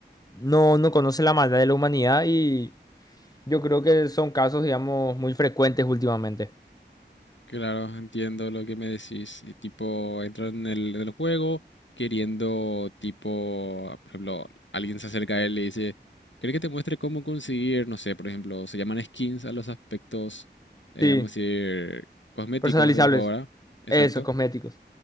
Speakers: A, on the left; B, on the left.
A: No, no conoce la maldad de la humanidad y yo creo que son casos, digamos, muy frecuentes últimamente.
B: Claro, entiendo lo que me decís. Y tipo, entrar en el, en el juego queriendo, tipo, ah, por ejemplo, alguien se acerca a él y le dice, ¿cree que te muestre cómo conseguir, no sé, por ejemplo, se llaman skins a los aspectos, eh,
A: Sí,
B: vamos a decir, cosméticos
A: personalizables.
B: de los juegos, ¿verdad? Exacto.
A: Eso, cosméticos.